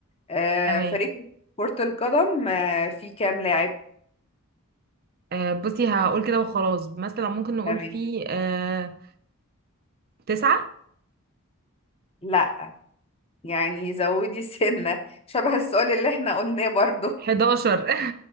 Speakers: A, on the left; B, on the right.
A: آه
B: تمام
A: فريق كرة القدم آه فيه كام لاعب
B: آه بصي هقول كده وخلاص مثلا ممكن نقول
A: تمام
B: في آه تسعة
A: لا يعني زودي سنة شبه السؤال اللي احنا قلناه برضو
B: 11 <laughs>